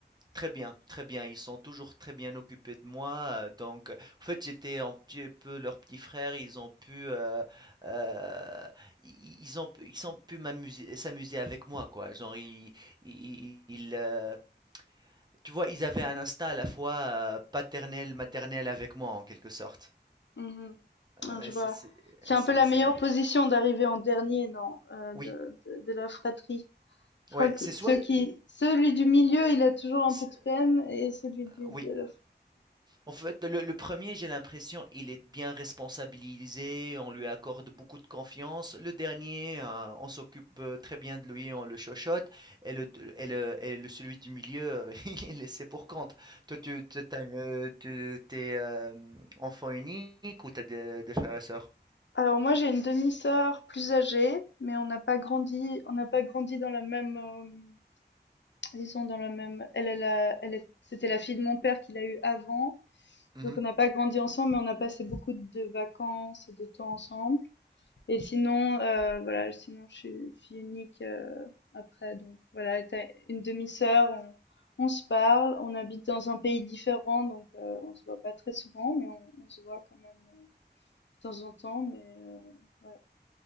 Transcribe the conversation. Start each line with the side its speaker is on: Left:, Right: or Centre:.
Right: Très bien, très bien. Ils sont toujours très bien occupés de moi. euh, Donc, euh, en fait, j'étais un petit peu leur petit frère. Ils ont pu, euh, euh, i- ils ont, pu- ils ont pu m'amuser, s'amuser avec moi, quoi. Genre, ils, ils- ils, euh, tu vois, ils avaient un instinct à la fois euh, paternel, maternel avec moi, en quelque sorte.
Left: Mhm,
Right: Ah
Left: mh. Ouais,
Right: ouais,
Left: je vois.
Right: c'est, c'est,
Left: C'est un
Right: c'est-
Left: peu la
Right: c'est
Left: meilleure
Right: la-
Left: position d'arriver en dernier, non, heu,
Right: Oui,
Left: de de de la fratrie. Je
Right: ouais,
Left: crois que
Right: c'est
Left: ceux
Right: soit,
Left: qui celui du milieu, il a toujours un
Right: c'est-
Left: peu de peine et celui du
Right: oui.
Left: de la <laughs>
Right: En fait, le, le premier, j'ai l'impression, il est bien responsabilisé, on lui accorde beaucoup de confiance. Le dernier, euh, on s'occupe euh, très bien de lui, on le chochote. Et le, deux- et le, et le- celui du milieu, <laughs> il est laissé pour compte. Toi, tu, tu- t'as, euh, tu- t'es euh, enfant unique ou t'as des, des frères et sœurs?
Left: Alors moi, j'ai une demi-sœur plus âgée, mais on n'a pas grandi on n'a pas grandi dans la même, hem, disons dans la même elle elle a elle est c'était la fille de mon père qu'il a eue avant,
Right: Mhm.
Left: donc on n'a pas grandi ensemble, mais on a passé beaucoup de vacances et de temps ensemble. Et sinon, heu, voilà, sinon je suis fille unique, heu, après donc voilà, t'as une demi-sœur, on on se parle, on habite dans un pays différent donc heu, on se voit pas très souvent mais on on se voit quand même, heu, de temps en temps mais heu, ouais.